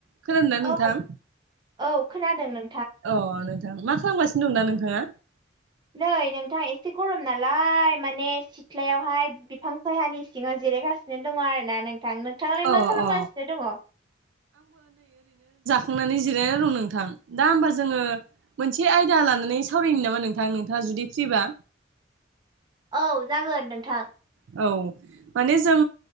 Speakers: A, on the right; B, on the right.
A: खोनादों ना
B: औ
A: नोंथां?
B: औ खोनादों नों
A: अ नोंथां मा खालामगासिनो दं दा नोंथाङा?
B: नै नोंथां ए एसे गरम नालाय माने सिथ्लायावहाय बिफां सायानि सिङाव जिरायगासिन नो दङ आरोना नोंथां। नोंथाङालाय
A: अ
B: मा खालामगासिनो
A: अ
B: दङ?
A: खांनानै जिरायना दं नोंथां दा होमबा जोङो एसे आयदा लानानै सावरायनो नामा नोंथां नोंथाङा जुदि फ्रिबा?
B: औ जागोन नोंथां।
A: औ माने जों